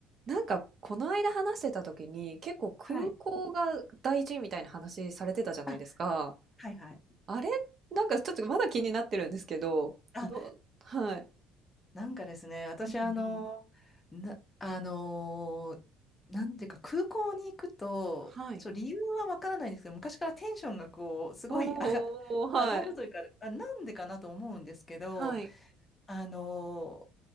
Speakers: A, on the right; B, on the left.
A: なんか、この間話してた時に、結構空港が大事みたいな話されてたじゃないですか。
B: はい。あ、はいはい。
A: あれなんかちょっとまだ気になってるんですけど、
B: あ、
A: どう、はい。
B: なんかですね、私あの、
A: うんうん。
B: な、あのなんていうか空港に行くと、
A: はい。
B: そう、理由はわからないんですけど、昔からテンションがこう、すごい上が、
A: おー、はい。
B: 上がるというか、あ、なんでかなと思うんですけど、
A: はい。
B: あの